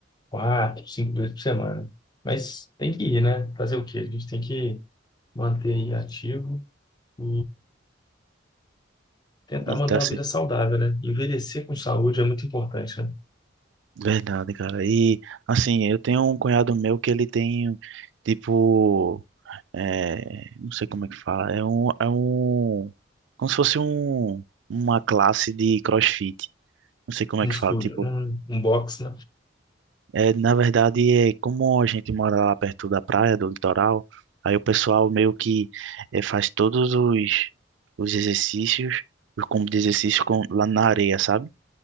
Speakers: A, on the left; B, on the right.
A: quatro, cinco vezes por semana. Mas tem que ir, né? Fazer o quê? A gente tem que manter aí ativo e tentar
B: E
A: manter
B: tá
A: uma vida
B: se...
A: saudável, né? Envelhecer com saúde é muito importante, né?
B: Verdade, cara. E assim, eu tenho um cunhado meu que ele tem, tipo. é, não sei como é que fala, é um, é um, como se fosse um, uma classe de CrossFit, não sei como
A: Um
B: é
A: estúdio,
B: que fala, tipo,
A: um, um box, né?
B: é, na verdade, é como a gente mora lá perto da praia, do litoral, aí o pessoal meio que é, faz todos os, os exercícios, os combos de exercício com, lá na areia, sabe?